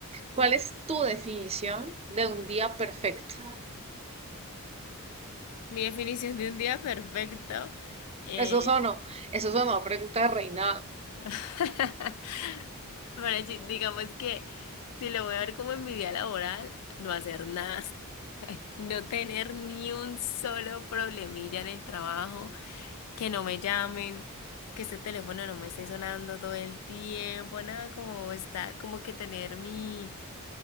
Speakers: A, on the right; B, on the left.
A: ¿Cuál es tu definición de un día perfecto?
B: Mi definición de un día perfecto. Eh,
A: Eso sonó, eso sonó a pregunta de reina.
B: <laughs> Bueno, sí, digamos que si lo voy a ver como en mi día laboral, no hacer nada, <laughs> no tener ni un solo problemilla en el trabajo, que no me llamen, que ese teléfono no me esté sonando todo el tiempo, nada como estar, como que tener mi,